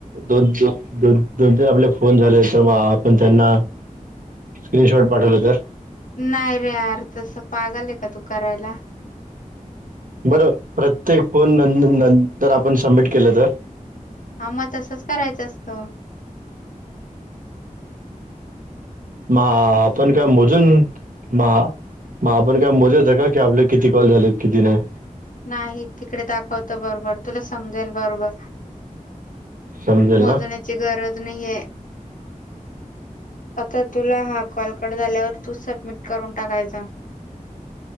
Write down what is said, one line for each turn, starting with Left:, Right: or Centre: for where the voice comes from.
Right: दोनोन शू दोन दोन तीन आपले फोन झाले <unintelligible> तर मग आपण त्यांना स्क्रीनशॉट पाठवलं तर
Left: नाही रे यार तस पागलय का तू करायला.
Right: बरो प्रत्येक फोन न नंतर आपण सबमिट केलं तर?
Left: आ म तसच करायचं असत.
Right: मा आपण काय मोजून मा मग आपण काय <unintelligible> मोजच का की आपले किती कॉल झालेत किती नाही.
Left: नाही तिकडे दाखवत बरोबर तुला समजेल बरोबर.
Right: समजेल
Left: मोजण्याची
Right: ना
Left: गरज नाहीये आता. तुला हा कॉलकट झाल्यावर तू सबमिट करून टाकायचा.